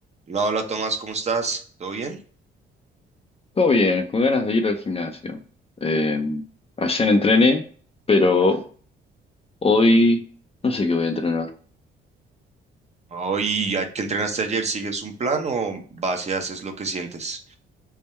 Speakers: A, on the right; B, on the left.
A: Hola, hola Tomás, ¿cómo estás? ¿Todo bien?
B: Todo bien, con ganas de ir al gimnasio. Eh, ayer entrené, pero hoy no sé qué voy a entrenar.
A: Hoy, ¿a- ¿qué entrenaste ayer? ¿Sigues un plan o vas y haces lo que sientes?